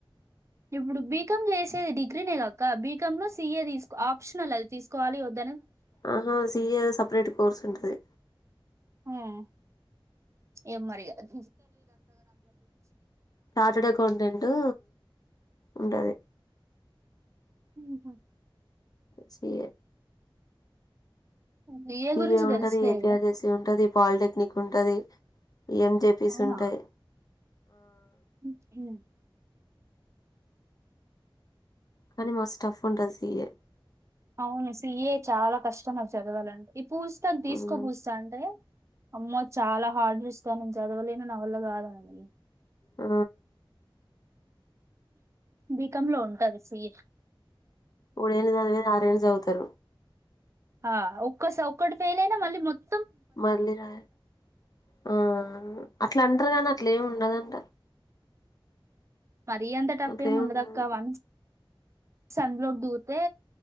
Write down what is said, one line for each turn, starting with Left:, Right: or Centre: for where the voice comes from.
Right: ఇప్పుడు బీకాం చేసేది డిగ్రీనే గక్క బీకామ్ లో సీఏ తీసుకో ఆప్షనల్ అది తీసుకోవాలి వద్ద
Left: ఆహా సీఏ సెపరేట్ కోర్స్ ఉంటది
Right: హ్మ్ ఏ మరి గాదు
Left: చార్టడ్ అకౌంటెంట్టు ఉంటది
Right: ఉహు
Left: సిఎ
Right: సిఏ
Left: ఏ
Right: గురించి
Left: ముంటది
Right: తెలుసులేగా
Left: ఏపీర్జెసి ఉంటది పాలిటెక్నిక్ ఉంటది ఎంజెపీస్
Right: అవునా
Left: ఉంటయి
Right: <inaudible>
Left: కానీ మస్ టఫ్ ఉంటది సిఎ
Right: అవును సిఎ చాలా కష్టం అది చదవాలంటే ఈ పూజితకి తీసుకో
Left: మ్మ్
Right: పూజిత అంటే అమ్మో చాలా హార్డ ఇస్తా నేను చదవలే న నావల్ల కాదు అనింది
Left: ఆ
Right: బీకామ్ లో ఉంటాంది సి ఏ.
Left: మూడు ఏళ్లు చదువేది అరు ఏళ్లు చదువుతాం. తరు.
Right: ఆ ఒక్కస ఒక్కటి ఫెయిల్ అయినా మళ్ళీ మొత్.
Left: మళ్ళీ రాయాలి ఆవును. అట్లా అంటారు కానీ అట్ల ఏమి ఉండదంట.
Right: మరి‌ అంత టఫ్
Left: అట్లేమి
Right: ఏమి ఉండదక్కాఒన్స్.
Left: ఉండదు
Right: సన్లోకి దూతే